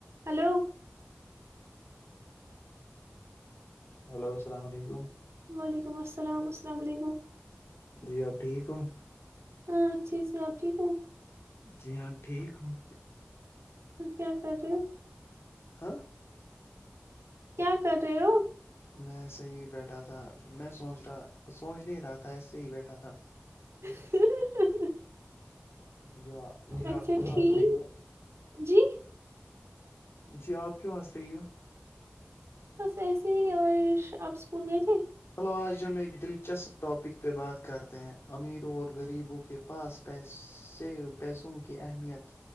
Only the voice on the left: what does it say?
hello السلام علیکم
جی آپ ٹھیک ہو
جی ہاں ٹھیک ہوں
ہاں
میںسے ہی بیٹھا تھا میں سوچ رہا سوچ نہیں رہا تھا ایسسے ہی بیٹھا تھا
جو جی
آپ کیوں
حاس رہی ہو
جی آپ کیوں ہنس رہی ہو؟
تو آج ہم ایک دلچسپ ٹاپک پہ بات کرتے ہیں امیروں اور غریبوں کے پاسیے پیسوں کی اہمیت